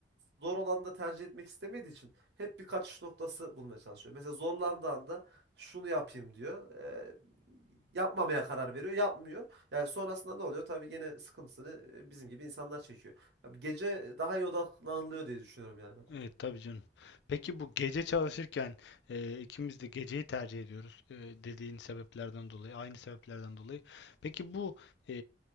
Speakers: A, on the right; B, on the left.
A: zor olanı da tercih etmek istemediği için hep bir kaçış noktası bulmaya çalışıyor. Mesela zorlandığı anda şunu yapayım diyor. E, yapmamaya karar veriyor. Yapmıyor. Yani sonrasında ne oluyor? Tabii gene sıkıntısını e, bizim gibi insanlar çekiyor. Abi gece daha iyi odaklanılıyor diye düşünüyorum yani ben.
B: Evet tabii canım. Peki bu gece çalışırken e, ikimiz de geceyi tercih ediyoruz e, dediğin sebeplerden dolayı, aynı sebeplerden dolayı. Peki bu e,